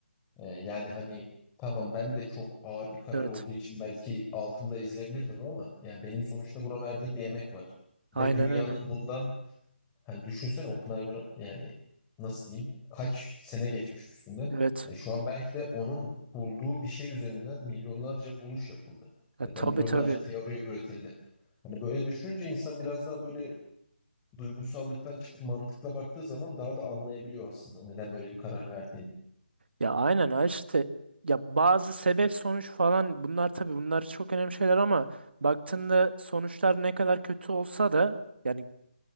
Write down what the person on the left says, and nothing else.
Ee, yani hani tamam ben de çok ağır bir karar
olduğu için belki altında ezilebilirdim ama yani benim sonuçta buna verdiğim bir emek var. Ve
dünyanın
bundan Hani düşünsene Oppenheimer'ı yani nasıl diyeyim kaç sene geçmiş üstünden.
E, şu an belki de onun bulduğu bir şey üzerinden milyonlarca buluş yapıldı.
Ya
da milyonlarca
teori üretildi. Hani böyle düşününce insan biraz daha böyle duygusallıktan çıkıp mantıkla baktığı zaman daha da anlayabiliyor aslında neden böyle bir karar verdiğini.